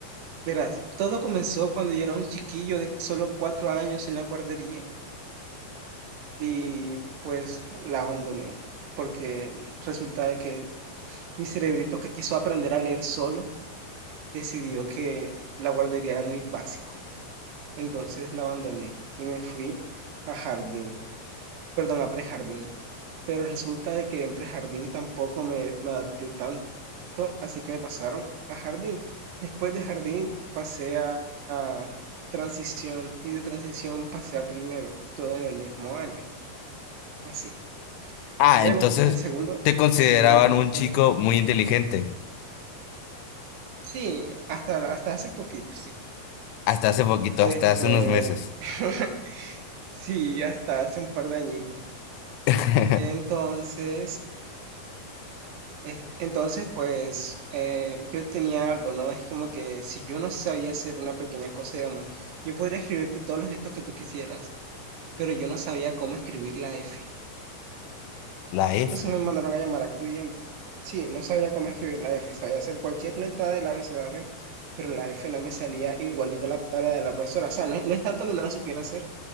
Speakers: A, on the right; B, on the left.
A: Verás, todo comenzó cuando yo era un chiquillo de solo cuatro años en la guardería. Y pues la abandoné. Porque resulta de que mi cerebrito que quiso aprender a leer solo decidió que la guardería era muy básico. Entonces la abandoné y me fui a jardín, perdón, a prejardín. Pero resulta de que en prejardín tampoco me, me adapté tanto, así que me pasaron a jardín. Después de jardín pasé a, a transición y de transición pasé a primero, todo en el mismo año, así.
B: Ah,
A: Luego,
B: entonces
A: en segundo,
B: te consideraban
A: se dieron cuenta,
B: un chico muy inteligente.
A: sí, hasta, hasta hace poquito, sí.
B: Hasta hace poquito,
A: Este,
B: hasta hace unos meses.
A: <laughs> sí, hasta hace un par de añitos.
B: <laughs>
A: Entonces, Es- Entonces, pues eh, yo tenía algo, ¿no? Es como que si yo no sabía hacer una pequeña cosa, digamos, yo podría escribirte todos los textos que tú quisieras, pero yo no sabía cómo escribir la F.
B: La F.
A: Entonces me mandaron a llamar a Cudiente. Sí, no sabía cómo escribir la F, sabía hacer cualquier letra del abecedario, pero la F no me salía igualita a la, a la de la profesora. O sea, no, no es tanto que no la supiera hacer,